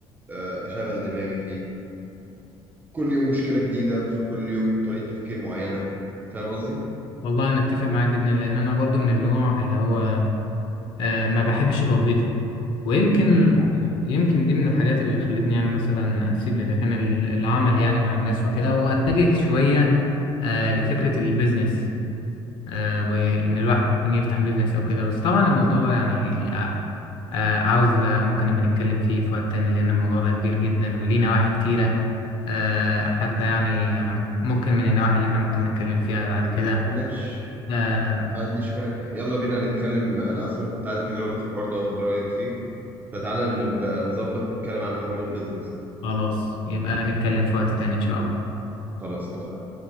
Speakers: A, on the right (about 20°); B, on the left (about 55°).
A: آه، اشغل دماغي فيه كل يوم مشكله جديده فكل يوم طريقه تفكير معينه فاهم قصدي
B: والله انا اتفق معاك جدا لان انا برضو من النوع اللي هو آه، ما بحبش الوظيفه ويمكن
A: امم
B: يمكن دي من الحاجات اللي خلتني يعني مثلا اسيب اذا كان ال- العمل يعني مع الناس وكده واتجه شويه آه، لفكره البيزنس آه، وان الواحد ممكن يفتح بيزنس او كده بس طبعا الموضوع ده يعني آه، آه، عاوز آه، ممكن نبقى نتكلم فيه في وقت تاني لان الموضوع ده كبير جدا وليه نواحي كتيره آه، حتى يعني آه، ممكن من النواحي اللي احنا ممكن نتكلم فيها بعد كده
A: ماشي
B: آه،
A: ما عنديش مانع يلا بينا نتكلم انا اصلا كنت عايز اكلمك في الحوار ده واخد رايك فيه فتعالى نبقى نظبط نتكلم عن حوار البيزنس ده
B: خلاص يبقى هنتكلم في وقت تاني إن شاء الله
A: خلاص اتفقنا